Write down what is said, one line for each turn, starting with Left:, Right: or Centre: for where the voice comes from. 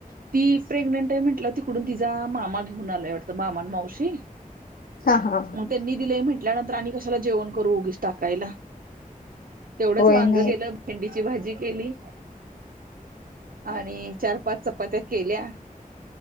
Right: ती प्रेग्नेंट आहे म्हंटलं तिकडून तिचा मामा घेऊन आलाय वाटतं मामान मावशी
Left: हा हा
Right: मग त्यांनी दिलेय म्हंटल्या नंतर आणि कश्याला जेवण करू उगीच टाकायला. तेवढंच
Left: होय
Right: वांग
Left: नाही
Right: केलं भेंडीची भाजी केली. आणि चार पाच चपात्या केल्या